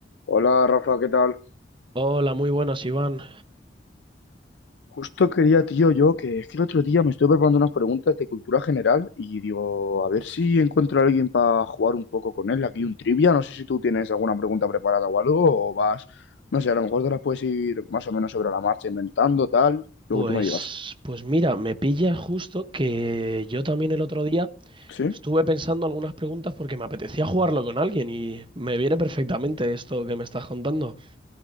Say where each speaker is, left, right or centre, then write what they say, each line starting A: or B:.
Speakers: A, on the left; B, on the right.
A: Hola Rafa, ¿qué tal?
B: Hola, muy buenas, Iván.
A: Justo quería, tío, yo que es que el otro día me estuve preparando unas preguntas de cultura general y digo, a ver si encuentro a alguien para jugar un poco con él. Aquí un trivia, no sé si tú tienes alguna pregunta preparada o algo, o vas, no sé, a lo mejor te las puedes ir más o menos sobre la marcha inventando, tal,
B: Pues,
A: lo que tú me digas.
B: pues mira, me pilla justo que yo también el otro día
A: ¿Sí?
B: estuve pensando algunas preguntas porque me apetecía jugarlo con alguien y me viene perfectamente esto que me estás contando.